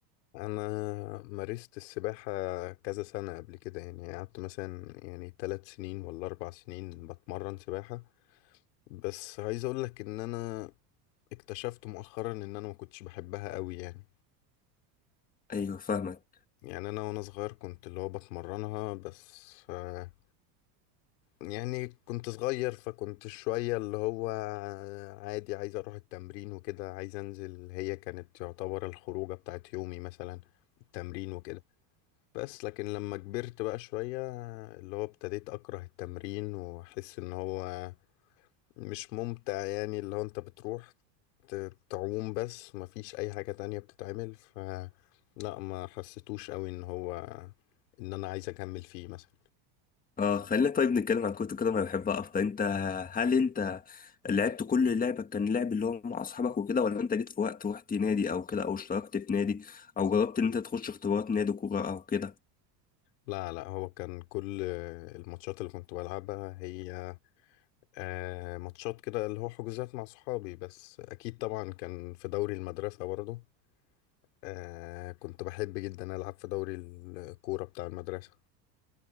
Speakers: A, on the left; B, on the left.
A: انا مارست السباحة كذا سنة قبل كده يعني قعدت مثلا يعني ثلاث سنين ولا اربع سنين بتمرن سباحة بس عايز اقول لك ان انا اكتشفت مؤخرا ان انا ما كنتش بحبها قوي يعني
B: ايوه فاهمك
A: يعني انا وانا صغير كنت اللي هو بتمرنها بس آه، يعني كنت صغير فكنت شوية اللي هو عادي عايز اروح التمرين وكده عايز انزل هي كانت تعتبر الخروجة بتاعت يومي مثلا التمرين وكده بس لكن لما كبرت بقى شوية اللي هو ابتديت أكره التمرين وأحس إن هو مش ممتع يعني اللي هو أنت بتروح ت- تعوم بس مفيش أي حاجة تانية بتتعمل ف لا ما حسيتوش قوي إن هو إن أنا عايز أكمل فيه مثلا
B: اه خلينا طيب نتكلم عن كرة القدم انا بحبها اكتر انت هل انت لعبت كل لعبة كان لعب اللي هو مع اصحابك وكده ولا انت جيت في وقت رحت نادي او كده او اشتركت في نادي او جربت ان انت تخش اختبارات نادي كورة او كده
A: لا لا هو كان كل الماتشات اللي كنت بلعبها هي آه، ماتشات كده اللي هو حجوزات مع صحابي بس أكيد طبعا كان في دوري المدرسة برضه آه كنت بحب جدا ألعب في دوري الكورة بتاع المدرسة